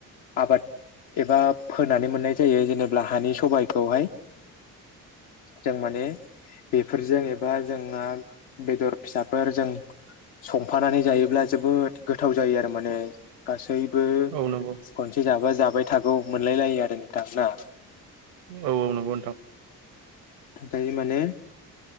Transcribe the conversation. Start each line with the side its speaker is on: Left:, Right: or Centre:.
Left: आबाद एबा फोनानै मोननाय जायो जेनेबा हानि सबाइखौहाय जों माने बेफोरजों एबा जों जों बेदर फिसाफोर जों संफानानै जायोब्ला जोबोद गोथाव गोथाव जायो आरो माने गासैबो
Right: औ नंगौ
Left: खनसे जाबा जाबाय थागौ मोनलायलायो आरो नोंथां
Right: औ औ नंगौ नोंथां
Left: दायो माने